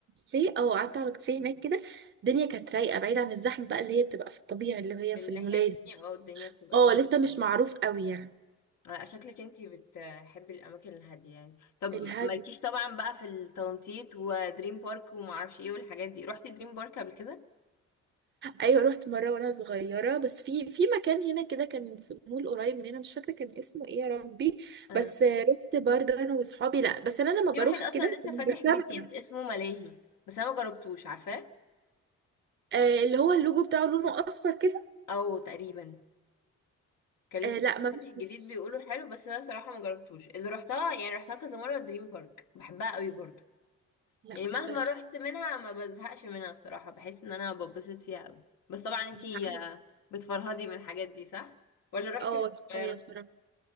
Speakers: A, on the right; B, on the left.
A: في او قعدت على كافيه
B: مم.
A: هناك كده الدنيا كانت رايقه بعيد عن الزحمه بقى اللي هي بتبقى في الطبيعي اللي هي
B: في الناحيه
A: في المولات
B: التانية اه الدنيا بتبقى
A: اه
B: زحمه
A: لسه مش
B: أوي.
A: معروف قوي يعني
B: آه، شكلك انتي بتحبي الاماكن الهاديه يعني طب
A: الهادي
B: مالكيش طبعا بقى في التنطيط ودريم بارك وما اعرفش ايه والحاجات دي رحتي دريم بارك قبل كده
A: ايوه رحت مره وانا صغيره بس في في مكان هنا كده كان في مول قريب مننا مش فاكره كان اسمه ايه يا ربي
B: اه
A: بس آه، رحت برضه انا واصحابي لا بس انا لما
B: في
A: بروح
B: واحد اصلا
A: كده
B: لسه
A: بستمتع
B: فاتح جديد اسمه ملاهي بس انا ما جربتوش عارفاه
A: آه اللي هو اللوجو بتاعه لونه اصفر كده
B: او تقريبا كان لسه
A: آه لا
B: برضه
A: ما
B: فاتح
A: بس
B: جديد بيقولوا حلو بس انا صراحه ما جربتوش اللي رحتها يعني رحتها كذا مره دريم بارك بحبها قوي برضه
A: لا
B: يعني مهما
A: بصراحه
B: رحت منها ما بزهقش منها الصراحه بحس ان انا ببسط فيها قوي بس طبعا انتي
A: مش عارفه
B: آه، بتفرهدي من الحاجات دي صح ولا رحتي
A: اه
B: وانتي صغيره
A: شويه بصراحه